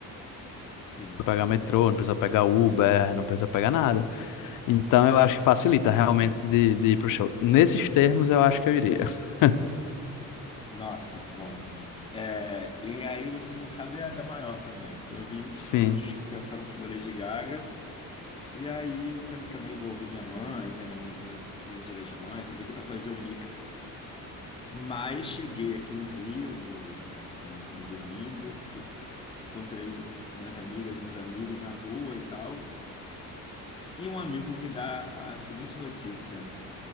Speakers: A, on the left; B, on the left.
A: Sim.
B: pegar metrô, não precisa pegar Uber, não precisa pegar nada. Então eu acho que facilita realmente de, de ir pro show. Nesses termos eu acho que eu iria. <laughs>
A: Nossa, bom. É, e aí você não sabe a da maior também. Eu vim
B: Sim.
A: pros, pensando no show da Lady Gaga. E aí também, também envolvi minha mãe, né? Minha mãe fala- tem Dia das Mães. Aproveitei para fazer um mix. Mas cheguei aqui no Rio no, no, no domingo. fui- encontrei umas amigas e uns amigos na rua e tal. E um amigo me dá a seguinte notícia.